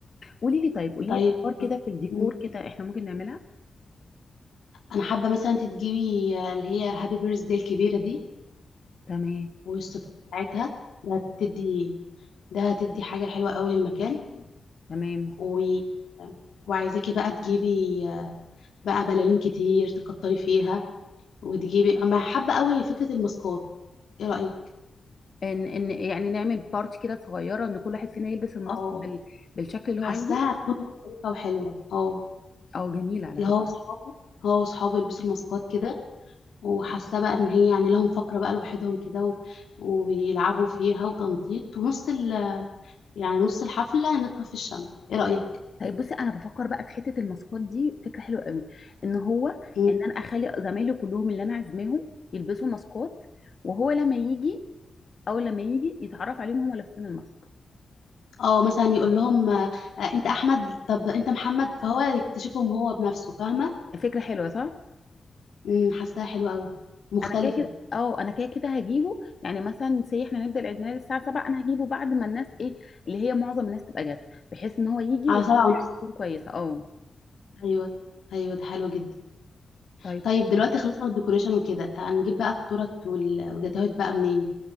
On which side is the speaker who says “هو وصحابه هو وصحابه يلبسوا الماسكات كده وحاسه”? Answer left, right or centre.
Left